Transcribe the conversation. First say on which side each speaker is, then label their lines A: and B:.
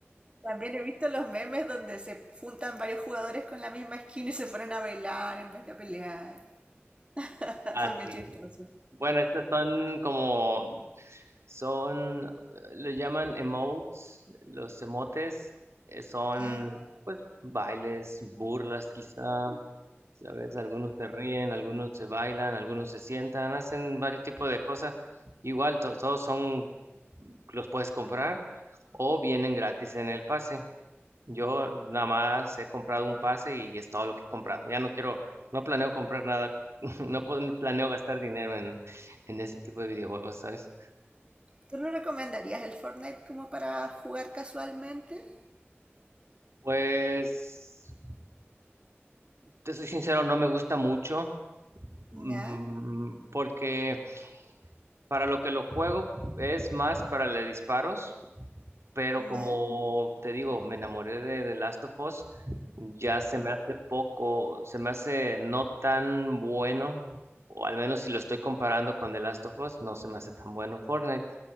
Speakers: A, on the right; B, on the right.
A: También he visto los memes donde se juntan varios jugadores con la misma skin y se ponen a bailar en vez de a pelear. <laughs>
B: Ah,
A: Son bien
B: sí.
A: chistosos.
B: Bueno, estas son como, son, eh, lo llaman emotes, los emotes eh, son
A: Ah,
B: pues bailes, burlas quizá, ¿sabes? Algunos se ríen, algunos se bailan, algunos se sientan, hacen varios tipos de cosas. Igual, to- todos son, los puedes comprar o vienen gratis en el pase. Yo nada más he comprado un pase y es todo lo que he comprado. Ya no quiero, no planeo comprar nada, <laughs> no pon- planeo gastar dinero en, en ese tipo de videojuegos, ¿sabes?
A: ¿tú lo recomendarías el Fortnite como para jugar casualmente?
B: Pues, te soy sincero, no me gusta mucho, mm,
A: No,
B: porque para lo que lo juego es más para le disparos. pero
A: no.
B: como te digo, me enamoré de The Last of Us, ya se me hace poco, se me hace no tan bueno, o al menos si lo estoy comparando con The Last of Us, no se me hace tan bueno Fortnite.